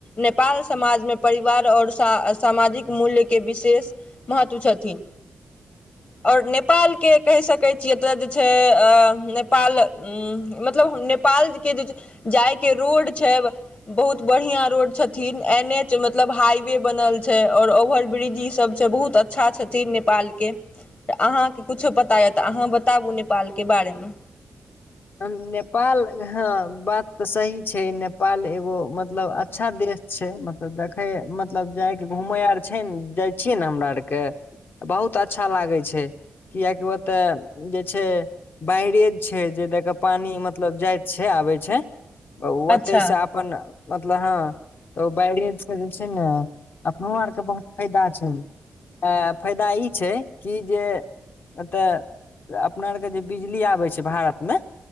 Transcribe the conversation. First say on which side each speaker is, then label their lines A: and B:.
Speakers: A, on the left (about 45°); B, on the left (about 65°).
A: नेपाल समाजमे परिवार और सामाजिक मूल्यके विशेष महत्व छथि और ने नेपाल के कह सकै छियै एतऽ जे छै ए ए नेपाल उम्म मतलब नेपालके जे जाइ के रोड छै बहुत बढ़िया रोड छथिन एन एच मतलब हाइवे बनल छै और ओवर ब्रिज ई सब छै बहुत अच्छा छथिन नेपालके तऽ अहाँके किछो पता यऽ तऽ अहाँ बताबु नेपाल के बारे मे
B: अ नेपाल हां बात तऽ सही छै नेपाल एगो मतलब अच्छा देश छै मतलब देखै मतलब जायके घूमै आर छै नै जाइ छियै ने हमरा आरके बहुत अच्छा लागै छै कियाकि ओतय जे छै बायरेज छै जे देख के पानी मतलब जाएत छै आबे छै अ उ ओते
A: अच्छा
B: से अपन मतलब हां तऽ बायरेज से जे छै नै अपनो आरके बहुत फायदा छै ए फायदा ई छै कि जे एतऽ अपना आर के जे बिजली आबै छै भारत मे